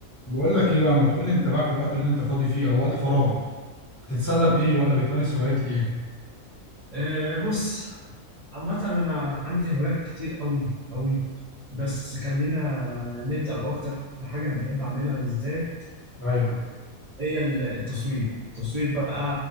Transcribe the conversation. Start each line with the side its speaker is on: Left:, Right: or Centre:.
Left: بقول لك ايه بقى ما تقول لي انت بقى في الوقت اللي انت فاضي فيه او وقت فراغك بتتسلى بايه ولا بتمارس هوايات ايه
Right: أه بص عامة أنا عندي هوايات كتير أوي أوي بس خلينا نبدأ بأكتر حاجة أنا بحب أعملها بالذات
Left: ايوه
Right: هي ال- التصوير التصوير بقى